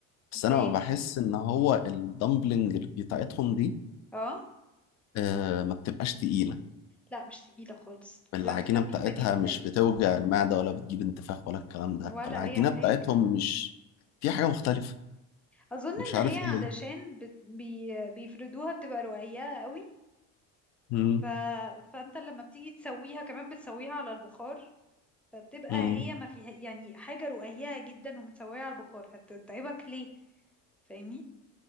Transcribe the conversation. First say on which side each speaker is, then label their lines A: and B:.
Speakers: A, on the left (about 50°); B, in the centre.
A: بس
B: ليه
A: انا بحس ان هو الدمبلنج بتاعتهم دي
B: اه
A: آه ما بتبقاش تقيلة
B: لا مش تقيله خالص بتبقى
A: العجينة
B: خفيفه
A: بتاعتها
B: جدا
A: مش بتوجع المعدة ولا بتجيب انتفاخ ولا الكلام ده
B: ولا
A: فالعجينة
B: اي حاجه
A: بتاعتهم مش في حاجة مختلفة
B: اظن
A: مش عارف
B: ان هي
A: ايه
B: علشان
A: هي
B: بت... بي... بيفردوها بتبقى رقيقه قوي
A: مم.
B: ف... فانت لما بتيجي تسويها كمان بتسويها على البخار فبتبقى
A: مم.
B: هي ما فيها يعني حاجه رقيقه جدا ومتسويه على البخار هتتعبك ليه فاهمني